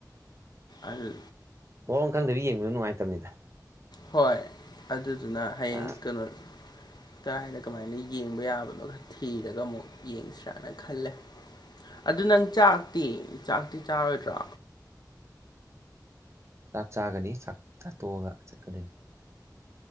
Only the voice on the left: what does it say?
ꯑꯗꯨ
ꯍꯣꯏ ꯑꯗꯨꯗꯨꯅ ꯍꯌꯦꯡ
ꯀꯩꯅꯣ ꯀꯔꯥꯏꯗ ꯀꯃꯥꯏꯅ ꯌꯦꯡꯕ ꯌꯥꯕꯅꯣ ꯈꯛ ꯊꯤꯔꯒ ꯑꯃꯨꯛ ꯌꯦꯡꯁꯤꯔꯥꯅ ꯈꯜꯂꯦ ꯑꯗꯨ ꯅꯪ ꯆꯥꯛꯇꯤ ꯆꯥꯛꯇꯤ ꯆꯥꯔꯣꯏꯗ꯭ꯔꯣ